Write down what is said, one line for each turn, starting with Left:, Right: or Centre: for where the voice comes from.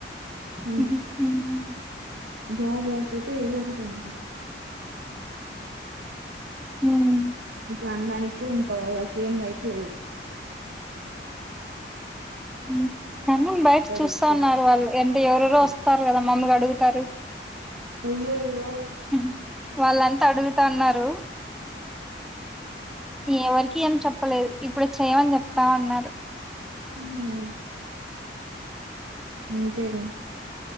Right: మ్మ్
Centre: హ్మ్ హ్మ్
Right: జాబ్ పోతే ఏద ఒకటి అంటారు
Centre: హ్మ
Right: దాని దానికి కూడా ఇంకా వాళ్ళకి ఏం రైట్ లేదు
Centre: మ్మ్ కానీ బయట
Right: ఇద్దరు
Centre: చూస్తా
Right: సెట్
Centre: ఉన్నారు వాళ్ళు అంటే ఎవరెరు
Right: చేసి
Centre: వస్తారు కదా మమ్మల్ని అడుగుతారు
Right: అయ్యయ్యో
Centre: హుహు. వాళ్ళంతా అడుగుతా ఉన్నారు ఎవరికి ఏం చెప్పలేదు ఇప్పుడు చేయమని చెప్తామ అన్నారు
Right: మ్మ్ అంతేగా